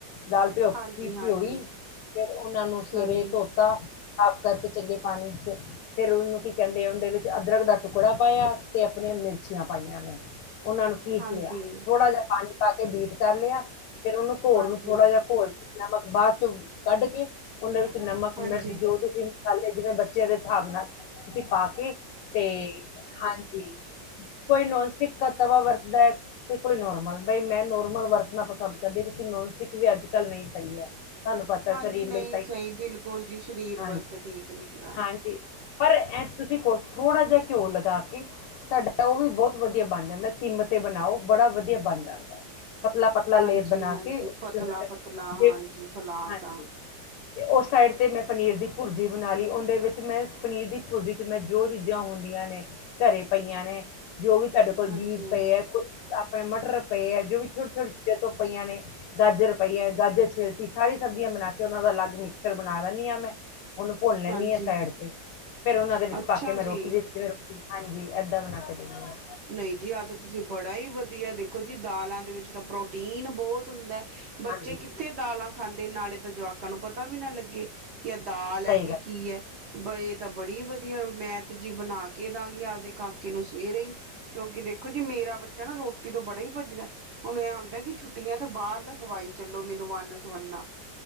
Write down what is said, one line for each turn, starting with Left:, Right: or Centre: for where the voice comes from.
Left: ਦਾਲ ਭਿਓਤੀ,
Right: ਹਾਂਜੀ
Left: ਭਿਉਈ
Right: ਹਾਂਜੀ
Left: ਫਿਰ ਉਹਨਾ ਨੂੰ ਸਵੇਰੇ
Right: ਹਾਂਜੀ
Left: ਧੋਤਾ। ਸਾਫ਼ ਕਰਕੇ ਚੰਗੇ ਪਾਣੀ ਚ, ਫਿਰ ਉਹਨੂੰ ਕੀ ਕਹਿੰਦੇ ਆ? ਉਹਦੇ ਵਿੱਚ ਅਦਰਕ ਦਾ ਟੁਕੜਾ ਪਾਇਆ। ਤੇ ਆਪਣੀਆਂ ਮਿਰਚੀਆਂ ਪਾਈਆਂ ਨੇ, ਉਹਨਾਂ ਨੂੰ ਪੀਸ
Right: ਹਾਂਜੀ
Left: ਲਿਆ ਥੋੜਾ ਜਿਹਾ ਪਾਣੀ ਪਾ ਕੇ ਬੀਟ ਕਰ ਲਿਆ। ਫੇਰ ਉਹਨੂੰ ਘੋਲ
Right: ਹਾਂਜੀ
Left: ਲਓ ਥੋੜ੍ਹਾ ਜਿਹਾ ਘੋਲ ਕੇ, ਨਮਕ ਬਾਅਦ ਚੋਂ ਕੱਢ ਕੇ। ਉਹਦੇ ਵਿੱਚ ਨਮਕ
Right: ਹਾਂਜੀ
Left: ਮਿਰਚ ਜੋ ਤੁਸੀਂ ਮਸਾਲੇ ਜਿਵੇਂ ਬੱਚਿਆਂ ਦੇ ਹਿਸਾਬ ਨਾਲ, ਤੁਸੀਂ ਪਾ ਕੇ। ਤੇ, ਹਾਂਜੀ, ਕੋਈ ਨੋਨਸਟਿਕ ਕਾ ਤਵਾ ਵਰਤਦਾ ਹੈ। ਤੇ ਕੋਈ ਨੋਰਮਲ ਬਈ ਮੈਂ ਨੋਰਮਲ ਵਰਤਣਾ ਪਸੰਦ ਕਰਦੀ ਕਿਉਂਕਿ ਨੋਨਸਟਿਕ ਵੀ ਅੱਜ ਕੱਲ ਨਹੀਂ ਸਹੀ ਹੈ। ਪਤਾ
Right: ਹਾਂਜੀ
Left: ਸਰੀਰ
Right: ਨਹੀਂ
Left: ਲਈ
Right: ਸਹੀ, ਬਿਲਕੁਲ ਜੀ, ਸਰੀਰ
Left: ਹਾਂਜੀ
Right: ਵਾਸਤੇ ਠੀਕ ਨੀ ਗਾ।
Left: ਹਾਂਜੀ ਪਰ ਏ ਤੁਸੀਂ ਕੋਲ ਥੋੜ੍ਹਾ ਜਿਹਾ ਘਿਓ ਲਗਾ ਕੇ। ਤੁਹਾਡਾ ਉਹ ਵੀ ਬਹੁਤ ਵਧੀਆ ਬਣ ਜਾਂਦਾ, ਸਿਮ ਤੇ ਬਣਾਓ ਬੜਾ ਵਧੀਆ ਬਣ ਜਾਂਦਾ। ਪਤਲਾ ਪਤਲਾ
Right: ਹਾਂਜੀ
Left: ਲੇਪ ਬਣਾ
Right: ਹਾਂਜੀ
Left: ਕੇ, ਤੁਸੀਂ
Right: ਪਤਲਾ
Left: ਉਹਦੇ
Right: ਪਤਲਾ
Left: ਤੇ
Right: ਹਾਂਜੀ ਫਲਾ
Left: ਹਾਂਜੀ।
Right: ਤਾ
Left: ਅਤੇ ਉਸ ਸਾਈਡ 'ਤੇ ਮੈਂ ਪਨੀਰ ਦੀ ਭੁਰਜੀ ਬਣਾ ਲਈ, ਉਹਦੇ ਵਿੱਚ ਮੈਂ ਪਨੀਰ ਦੀ ਭੁਰਜੀ 'ਚ ਮੈਂ। ਜੋ ਚੀਜ਼ਾਂ ਹੁੰਦੀਆਂ ਨੇ ਘਰੇ ਪਈਆਂ ਨੇ। ਜੋ ਵੀ ਤੁਹਾਡੇ ਕੋਲ
Right: ਹਾਂਜੀ
Left: ਬੀਜ ਪਏ ਐ ਕੋਈ ਆਪਣੇ ਮਟਰ ਪਏ ਐ। ਜੋ ਵੀ ਛੋਟੇ ਛੋਟੇ ਚੀਜ਼ ਜੋਂ ਪਈਆਂ ਨੇ, ਗਾਜਰ ਪਈ ਹੈ, ਗਾਜਰ ਛਿਲਤੀ, ਸਾਰੀ ਸਬਜ਼ੀਆਂ ਬਣਾ ਕੇ ਉਹਨਾਂ ਨੂੰ। ਉਹਦਾ ਅਲੱਗ ਮਿਕਸਰ ਬਣਾ ਦਿੰਦੀ ਆ ਮੈਂ, ਉਹਨੂੰ ਭੁਨ ਲੈਂਦੀ
Right: ਹਾਂਜੀ
Left: ਆ। ਮੈ ਸਾਈਡ ਤੇ ਫੇਰ ਉਹਨਾਂ ਦੇ ਵਿੱਚ
Right: ਅੱਛਾ
Left: ਪਾ ਕੇ ਮੈਂ ਰੋਟੀ
Right: ਜੀ।
Left: ਦੇਿੰਤੀ ਫਿਰ ਹਾਂਜੀ ਏਦਾਂ ਬਣਾ ਕੇ ਦੇਨੀ ਹਾਂ।
Right: ਨਹੀਂ ਜੀ ਆਹ ਤਾਂ ਤੁਸੀਂ ਬੜਾ ਹੀ ਵਧੀਆ ਦੇਖੋ ਜੀ ਦਾਲਾਂ ਦੇ ਵਿੱਚ ਤਾਂ ਪ੍ਰੋਟੀਨ ਬਹੁਤ ਹੁੰਦਾ। ਬੱਚੇ
Left: ਹਾਂਜੀ
Right: ਕਿੱਥੇ ਦਾਲਾਂ ਖਾਂਦੇ, ਨਾਲੇ ਤਾਂ ਜਵਾਕਾਂ ਨੂੰ ਪਤਾ ਵੀ ਨਾ ਲੱਗੇ। ਕੀ ਇਹ ਦਾਲ
Left: ਸਹੀ
Right: ਹੈ, ਕਿ
Left: ਗੱਲ
Right: ਕੀ ਹੈ? ਬਈ ਇਹ ਤਾਂ ਬੜੀ ਵਧੀਆ ਮੈਂ ਤਾਂ ਜੀ ਬਣਾ ਕੇ ਦਵਾਂਗੀ ਆਪਦੇ ਕਾਕੇ ਨੂੰ ਸਵੇਰੇ ਹੀ। ਕਿਉਂਕਿ ਦੇਖੋ ਜੀ ਮੇਰਾ ਬੱਚਾ ਨਾ ਰੋਟੀ ਤੋਂ ਬੜਾ ਹੀ ਭੱਜਦਾ। ਉਹਨੂੰ ਇਹ ਹੁੰਦਾ ਕਿ ਛੁੱਟੀਆਂ ਤਾਂ ਬਾਹਰ ਦਾ ਖਵਾਈ ਚੱਲੋ ਮੈਨੂੰ ਵੰਨ-ਸਵੰਨਾ।